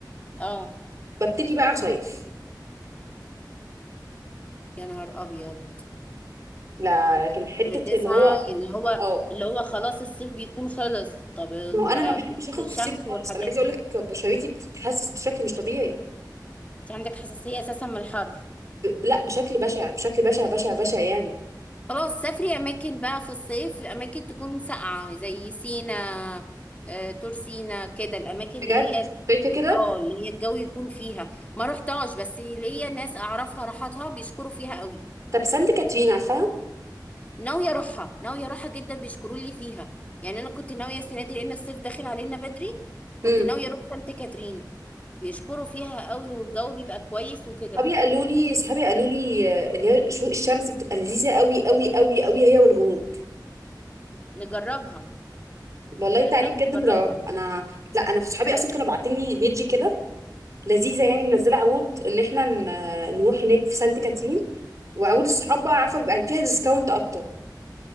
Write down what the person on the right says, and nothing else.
ببتدي بقى صيف
لا لكن حته
اللي هو
اه
ما
هو انا
ما بحبش اخرج
في الصيف خالص
انا عايزه
اقول لك بشرتي بتتحسس بشكل مش طبيعي
ب... لا بشكل بشع بشكل بشع بشع بشع يعني
بجد
شايفه كده
طب سانت كاترين عارفاها
امم
صحابي قالوا لي صحابي قالوا لي آه، اللي هي شروق الشمس بتبقى لذيذه قوي قوي قوي قوي هي والغروب
والله
تعالي
بجد
نجربه انا لا انا في صحابي اصلا كانوا باعتين لي بيجي كده لذيذه يعني منزله عروض ان احنا ن- نروح هناك في سانت كاترين وعروض الصحاب بقى عارفه بيبقى فيها ديسكاونت اكتر